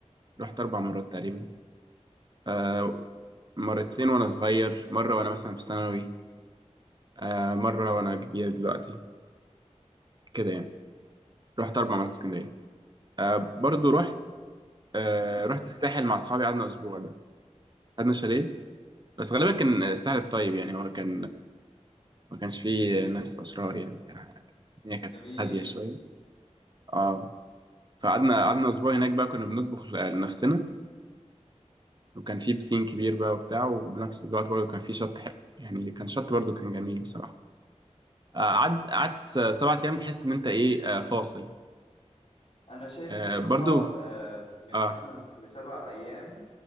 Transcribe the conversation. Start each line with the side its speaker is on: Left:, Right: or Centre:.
Right: رحت اربع مرات تقريبا آه، مرتين وانا صغير مره وانا مثلا في ثانوي آه مرة وأنا كبير دلوقتي كده يعني رحت أربع مرات اسكندرية آه برضو رحت آه رحت الساحل مع أصحابي قعدنا أسبوع ده قعدنا شاليه بس غالبا كان الساحل الطيب يعني هو كان ما كانش فيه ناس أشرار يعني كان الدنيا كانت
Left: جميل
Right: هادية شوية اه فقعدنا قعدنا أسبوع هناك بقى كنا بنطبخ لنفسنا وكان فيه بسين كبير بقى وبتاع وبنفس الوقت برضو كان فيه شط حلو يعني كان شط برضو كان جميل بصراحة آه، قعدت قعدت سبعة أيام تحس إن أنت إيه آه، فاصل
Left: انا شايف
Right: آه،
Left: بصراحة
Right: برضو
Left: آه، من
Right: اه
Left: خمس لسبع ايام